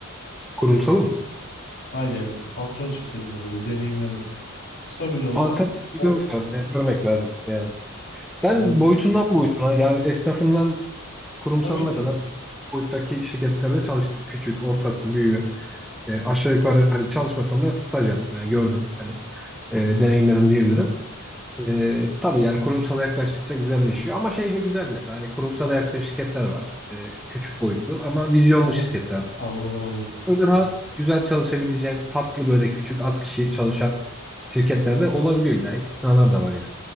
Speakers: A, in the centre; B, on the left.
A: Kurumsalı mı?
B: Hayır yani patron şirketinde böyle deneyimlemek. Kısa bile olsa
A: Alternatif
B: o
A: görmek lazım. Yani görmek lazım yani. Ben
B: yani
A: boyutundan boyutuna yani esnafından kurumsalına
B: tabii ki
A: kadar tüm boyuttaki şirketlerde çalıştım. Küçük, ortası, büyüğü. E, aşağı yukarı hani çalışmasam da staj yaptım yani gördüm. Hani e, deneyimledim diyebilirim. E, tabii yani kurumsala yaklaştıkça güzelleşiyor. Ama şey de güzel mesela hani kurumsala yakın şirketler var. E, küçük boyutlu ama vizyonlu
B: ama
A: şirketler.
B: anladım aynen.
A: Böyle rahat, güzel çalışabileceğin tatlı böyle küçük az kişi çalışan şirketlerde olabiliyor. İlla istisnalar da var yani.